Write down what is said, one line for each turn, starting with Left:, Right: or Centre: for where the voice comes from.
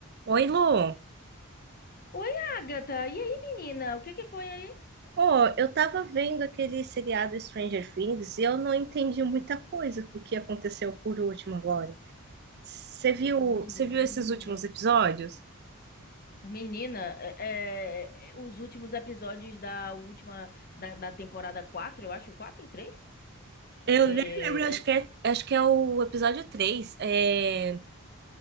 Right: Oi, Lu.
Left: Oi, Agatha. E aí, menina? O que que foi aí?
Right: Oh, eu tava vendo aquele seriado Stranger Things e eu não entendi muita coisa do que aconteceu por último agora. Você viu,
Left: Menina.
Right: você viu esses últimos episódios?
Left: Menina, é, é, é, os últimos episódios da última da, da temporada 4, eu acho, 4 3?
Right: Eu
Left: É,
Right: nem lembro, acho
Left: é,
Right: que é, acho que é o episódio três, É,